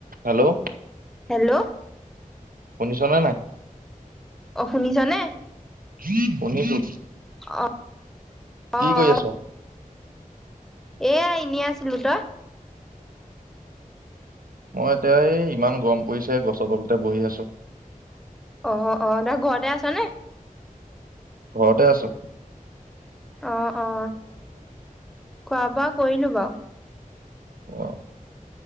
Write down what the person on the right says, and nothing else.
hello
শনিছ ন নাই
শুনিছো
কি
কৰি আছ?
মই এতিয়া এই ইমান গৰম পৰিছে গছৰ তলতে বহি আছো
ঘৰতে আছোঁ
আহ